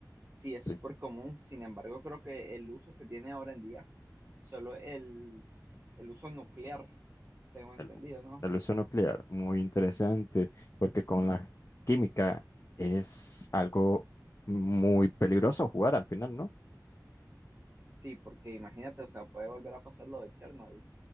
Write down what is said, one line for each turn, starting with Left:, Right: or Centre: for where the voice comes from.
Right: sí, es
Left: sí.
Right: súper común, sin embargo, creo que el uso que tiene ahora en día, solo el, el uso nuclear, tengo entendido,
Left: Bueno,
Right: ¿no?
Left: La ilusión nuclear, muy interesante, porque con la química es algo muy peligroso jugar al final, ¿no?
Right: Sí, porque imagínate, o sea, puede volver a pasar lo de Chernobyl.